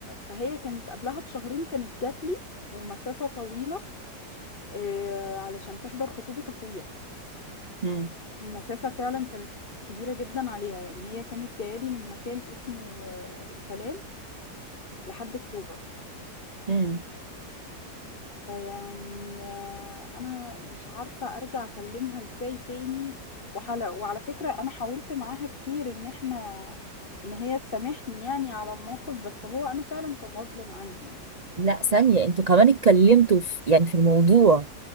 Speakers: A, on the left; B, on the right.
A: فهي كانت قبلها بشهرين كانت جاتلي ومسافة طويلة آه، علشان تحضر خطوبة أخويا
B: مم.
A: المسافة فعلا كانت كبيرة جدا عليها يعني هي كانت جايالي من مكان اسمه آه، السلام لحد أكتوبر
B: مم.
A: فيعني آه، أنا مش عارفة أرجع أكلمها إزاي تاني وحلا وعلى فكرة أنا حاولت معاها كتير إن إحنا إن هي تسامحني يعني على الموقف بس هو أنا فعلا كان غصب عني يعني
B: لا ثانيه انتوا كمان اتكلمتوا في يعني في الموضوع